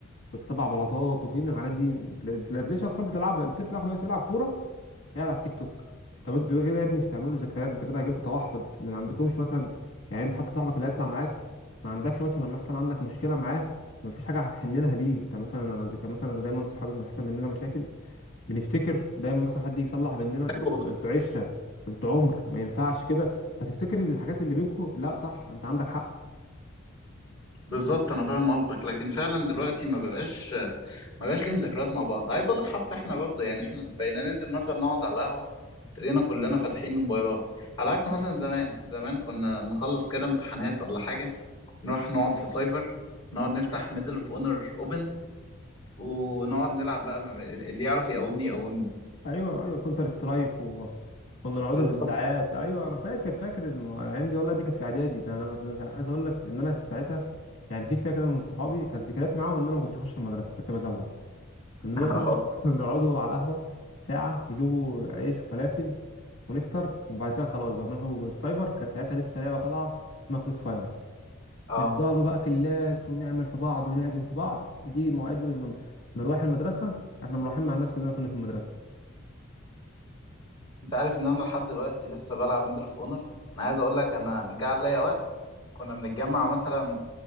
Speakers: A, on the left; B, on the left.
A: والسبع بلاطات وفين الحاجات دي تلاقي- تلاقيش اطفال بتلعبها الطفل اخر دلوقتي يلعب كوره قاعد على التيك توك طب انتوا كده يا ابني مش هتعملوا ذكريات انت كده هيجيلكوا توحد من عندكمش مثلا يعني انت حتى صاحبك اللي هيطلع معاك ما عندكش مثلا لما يحصل عندك مشكله معاه ما فيش حاجه هتحن لها ليه انت مثلا انا ذكر مثلا دايما صحابي لما يحصل مننا مشاكل بنفتكر دايما مثلا حد يجي يصلح بيننا انتوا
B: أيوة،
A: انتوا عشره انتوا عمر ما ينفعش كده فتفتكر الحاجات اللي بينكم لا صح انت عندك حق
B: بالظبط انا فاهم قصدك لكن فعلا دلوقتي ما بقاش ما بقاش ليهم ذكريات مع بعض عايز اقول لك حتى احنا برضه يعني احنا بقينا ننزل مثلا نقعد على القهوة تلاقينا كلنا فاتحين الموبايلات على عكس مثلا زمان زمان كنا نخلص كده امتحانات ولا حاجة نروح نقعد في سايبر نقعد نفتح ميدل اوف اونر اوبن ونقعد نلعب بقى اللي يعرف يقومني يقومني
A: ايوه ايوه كونتر سترايك وكنا نقعدوا
B: بالظبط
A: بالساعات ايوه انا فاكر فاكر الم- الايام دي والله دي كانت في اعدادي ده انا ده أنا عايز اقول لك ان انا في ساعتها يعني في فئه كده من صحابي كانت ذكرياتي معاهم ان انا ما كنتش بخش المدرسه كنت بزوغ بنروحوا
B: <laughs>
A: <laughs> نقعدوا على القهوه ساعه نجيبوا عيش وفلافل ونفطر وبعد كده خلاص بقى بنروحوا السايبر كانت ساعتها لسه لعبه طالعه اسمها كروس فاير
B: اه
A: نفضلوا بقى كلات ونعمل في بعض ونعجن في بعض تيجي مواعيد مروح المدرسه احنا مروحين مع الناس كنا كنا في المدرسه
B: انت عارف ان انا لحد دلوقتي لسه بلعب ميدل اوف اونر انا عايز اقول لك انا جه عليا وقت كنا بنتجمع مثلا